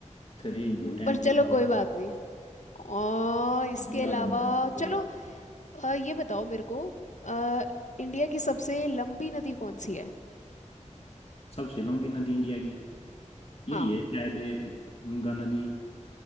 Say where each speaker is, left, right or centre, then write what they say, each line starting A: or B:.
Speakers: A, on the left; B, on the left.
A: थ्री
B: <laughs>
A: इंटू टेन
B: पर
A: की
B: चलो
A: पावर
B: कोई बात नहीं और इसके
A: याद
B: अलावा
A: नहीं मेरे को
B: चलो
A: ये।
B: अ, ये बताओ मेरे को अ, इंडिया की सबसे लंबी नदी कौन सी है
A: सबसे लंबी नदी इंडिया की यही
B: हाँ
A: है शायद ये गंगा नदी